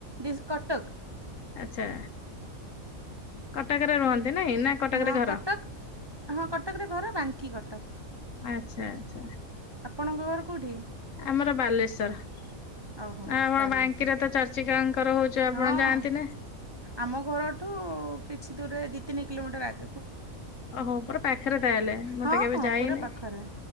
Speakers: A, on the right (about 30°); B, on the left (about 65°).
A: ଡି କଟକ
B: ଆଚ୍ଛା। କଟାକରେ ରୁହନ୍ତି। ନାଇଁ ନା କଟକରେ
A: ହଁ
B: ଘର?
A: କଟକ ହଁ କଟକରେ ଘର ବାଙ୍କି କଟକ।
B: ଆଛା ଆଛା।
A: ଆପଣଙ୍କ ଘର କୋଉଠି?
B: ଆମର ବାଲେଶ୍ଵର ଆ
A: ଓହୋ ହୋ
B: ଆପଣ
A: ବାଲେଶ୍ୱର
B: ବାଙ୍କିରେ ତ ଚର୍ଚିକାଙ୍କର ହଉଛୁ ଆପଣ
A: ହଁ
B: ଯାଆନ୍ତି ନା?
A: ଆମ ଘରଠୁ କିଛି ଦୂରରେ ଦି ତିନି କିଲୋମିଟର ଆଗ
B: ଓହୋ ପୁରା ପାଖରେ। ତାହେଲେ ମୁଁ
A: ହଁ
B: ତ କେବେ
A: ହଁ
B: ଯାଇନି
A: ପୁରା ପାଖରେ